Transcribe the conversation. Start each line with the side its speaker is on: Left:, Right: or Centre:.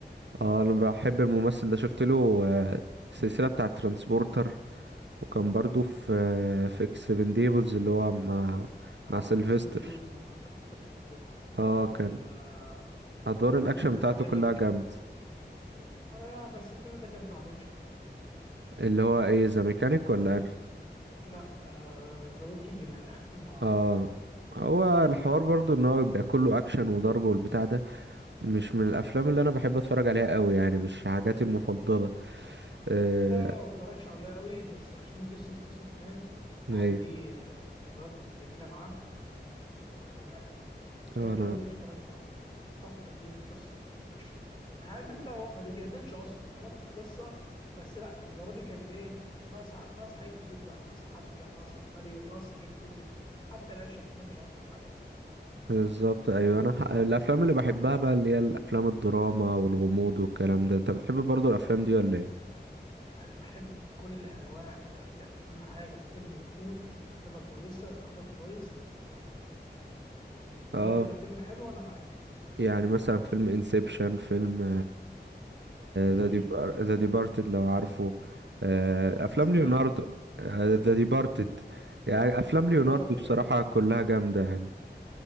Right: اه انا بحب الممثل ده شفت له اه، السلسله بتاع ترانسبورتر وكان برضو في اه، في اكسبنديبلز اللي هو مع
Left: اه
Right: مع سيلفستر
Left: اكسبندبلز مع سيلفستر ستالون
Right: اه
Left: وعمل
Right: كان
Left: آه
Right: ادوار الاكشن
Left: عمل ذا
Right: بتاعته
Left: ميكانيك
Right: كلها جامد
Left: آه بس الفيلم ده كان تعبان شويه
Right: اللي هو ايه ذا ميكانيك ولا انهي
Left: لا ذا ووكينج مان اخر فيلم هو عمله
Right: اه هو الحوار برضو ان هو بيبقى كله اكشن وضرب والبتاع ده مش من الافلام اللي انا بحب اتفرج عليها قوي يعني مش حاجاتي المفضله آه
Left: والله ما اتفرجش عليه قوي بس عشان جيسون ستاثام فاهم
Right: ايوه
Left: واحد ليه آه، ذكريات جميله معاه قلت اتفرج عليه
Right: آه،
Left: غير كده
Right: انا
Left: مش اتفرجت عليه كنت واخد تقييم قصه كانت وحشه انا عارف انت هو ما بيجددش اصلا يعني هي نفس القصه بس لا المره دي كانت ايه ناقص ناقص حاجات كتير بقى ناقص حبكه ناقص سيناريو ناقص حاجات كتير جدا حتى الاكشن ما كانش اكتر حاجه
Right: بالظبط ايوه انا ح... الافلام اللي بحبها بقى اللي هي الافلام الدراما والغموض والكلام ده انت بتحب برضو الافلام دي ولا ايه
Left: انا بحب كل انواع الافلام اهم حاجه الفيلم يكون كتابه كويسه اخراج كويس تمثيل كويس
Right: اه
Left: قول لي كده فيلم حلو انا معاك
Right: يعني مثلا فيلم انسبشن فيلم
Left: اكيد
Right: ذا ديبار ذا ديبارتد لو عارفه آه افلام
Left: اسمه
Right: ليوناردو
Left: ايه
Right: ذا ديبارتد يعني افلام ليوناردو
Left: اه ذا
Right: بصراحه
Left: ديبارتد
Right: كلها جامده يعني